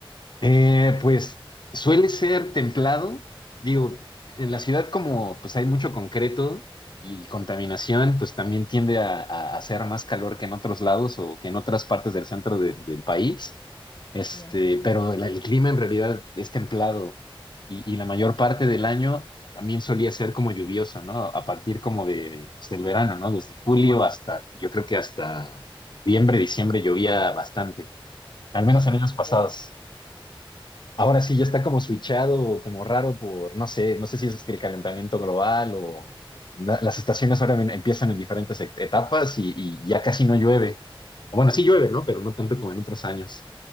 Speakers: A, on the left; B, on the left.
A: Eh, pues suele ser templado. Digo, en la ciudad como pues hay mucho concreto y contaminación, pues también tiende a, a hacer más calor que en otros lados o que en otras partes del centro de- del país. Este,
B: Ya.
A: pero el, el clima en realidad es templado y, y la mayor parte del año también solía ser como lluvioso, ¿no? A partir como de, pues, del verano, ¿no? Desde julio hasta, yo creo que hasta noviembre, diciembre llovía bastante, al menos
B: Ya hace
A: en
B: frío.
A: años pasados. Ahora sí, ya está como switchado, como raro por, no sé, no sé si es que el calentamiento global o la- las estaciones ahora en- empiezan en diferentes e- etapas y, y ya casi no llueve. O Bueno, sí llueve, ¿no? Pero no tanto como en otros años.